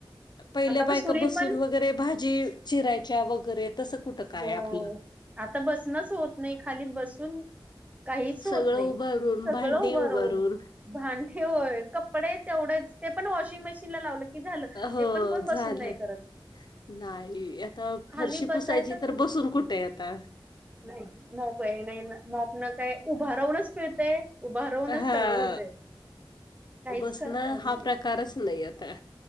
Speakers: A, on the left; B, on the right.
A: पहिल्या
B: आणि आता
A: बायका
B: सुरी
A: बसून
B: पण
A: व वगैरे भाजी चिरायच्या वगैरे, तसं कुठं काय
B: हो
A: आपलं
B: आता बसनच होत नाही खाली, बसून काहीच होत
A: सगळं
B: नाही,
A: उभारून,
B: सगळं
A: भांडी
B: हुभा
A: उभारून
B: राहून भांडे होय, कपडे तेवढेच, ते पण वॉशिंग मशीनला लावलं की झालं, ते
A: हो
B: पण कोण बसून
A: झालं.
B: नाही <unintelligible> करत
A: नाही, आता
B: खाली
A: फरशी
B: बसायचंच
A: पुसायची तर
B: नाही
A: बसून कुठय आता
B: नाही नकोय नाही ना मॉप न काय उभा राहूनच पिळतंय. उभा राहूनच
A: हां.
B: सगळ होतंय. काहीच
A: बसणं
B: करता येत
A: हा
B: नाही
A: प्रकारच नाही आता.